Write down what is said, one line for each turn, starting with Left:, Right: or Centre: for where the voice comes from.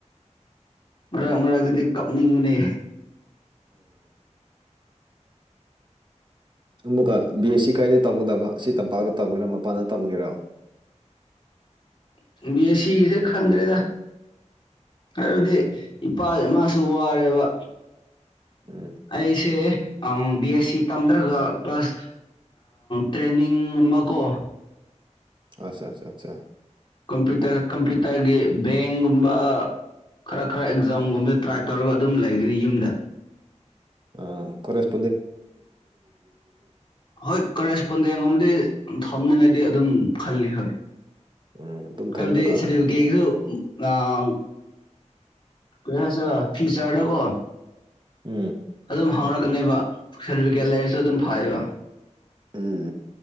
Left: ꯃꯔꯛ ꯃꯔꯛꯇꯗꯤ ꯀꯞꯅꯤꯡꯕꯅꯦ
Right: ꯑꯃꯨꯛꯀ ꯕꯤ ꯑꯦꯁ ꯁꯤ ꯀꯥꯏꯗ ꯇꯝꯒꯗꯕ ꯑꯁꯤ ꯇꯝꯄꯥꯛꯇ ꯇꯝꯒꯦꯔꯣ ꯃꯄꯥꯟꯗ ꯇꯝꯒꯦꯔꯣ
Left: <inaudible> ꯕꯤ ꯑꯦ ꯁꯤꯁꯦ ꯈꯪꯗ꯭ꯔꯦꯗ ꯍꯥꯏꯕꯗꯤ
Right: ꯎꯝ
Left: ꯏꯄꯥ ꯏꯃꯥ ꯁꯨ ꯋꯥꯔꯦꯕ
Right: ꯎꯝ
Left: ꯑꯩꯁꯦ ꯑꯪ ꯕꯤ ꯑꯦꯁ ꯁꯤ ꯇꯝꯗ꯭ꯔꯒ ꯀ꯭ꯂꯥꯁ ꯇ꯭ꯔꯦꯅꯤꯡꯒꯨꯝꯕꯀꯣ
Right: ꯑꯆꯥ ꯆꯥ ꯆꯥ
Left: ꯀꯝꯄ꯭ꯌꯨꯇꯔ ꯀꯝꯄ꯭ꯌꯇꯔꯒꯤ ꯕꯦꯡꯒꯨꯝꯕ ꯈꯔ ꯈꯔ ꯑꯦꯛꯖꯥꯝꯒꯨꯝꯕꯗ ꯇ꯭ꯔꯥꯏ ꯇꯧꯔꯒ ꯑꯗꯨꯝ ꯂꯩꯒꯅꯤ ꯌꯨꯝꯗ
Right: ꯑꯥ ꯀꯣꯂꯦꯁ
Left: ꯍꯣꯏ ꯀꯔꯦꯁꯄꯣꯟꯗꯦꯡꯒꯨꯝꯕꯗꯤ ꯊꯣꯝꯅꯤꯡꯉꯥꯗꯤ ꯑꯗꯨꯝ ꯈꯜꯂꯤ ꯍꯣꯏ
Right: ꯎꯝ ꯑꯗꯨꯝ
Left: ꯍꯥꯏꯕꯗꯤ
Right: ꯊꯝꯂꯒ
Left: ꯁꯥꯔꯇꯤꯐꯤꯀꯦꯁꯨ ꯑꯪ ꯀꯩ ꯍꯥꯏꯁꯤꯔ ꯐꯤꯌꯨꯆꯔꯗ ꯀꯣ
Right: ꯎꯝ
Left: ꯑꯗꯨꯝ ꯍꯥꯡꯔꯛꯀꯅꯤꯕ ꯁꯥꯔꯇꯤꯐꯤꯀꯦꯠ ꯂꯩꯔꯁꯨ ꯑꯗꯨꯝ ꯐꯩꯕ
Right: ꯎꯝ